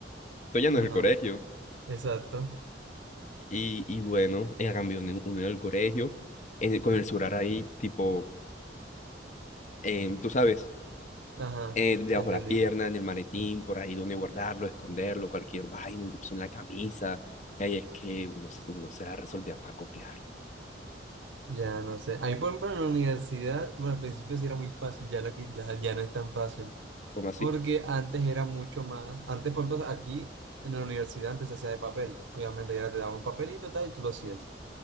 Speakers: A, on the left; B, on the right.
A: Esto ya
B: Ajá.
A: no es el colegio.
B: Exacto.
A: Y, y bueno, ella cambió uno uno en el colegio, en el- con el surar ahí, tipo, em, tú sabes,
B: Ajá.
A: eh, debajo
B: Entendí.
A: de la pierna, en el maletín, por ahí donde guardarlo, esconderlo, cualquier vaina, incluso en la camisa. Y ahí es que uno, se- uno se la resolvía para copiar.
B: Ya no sé. A mí, por ejemplo, en la universidad, bueno, al principio sí era muy fácil, ya, la, qui- ya, ya no es tan fácil.
A: ¿Cómo así?
B: Porque antes era mucho más. Antes, por ejemplo, aquí en la universidad antes se hacía de papel. Obviamente, ya te daban un papelito tal y tú lo hacías.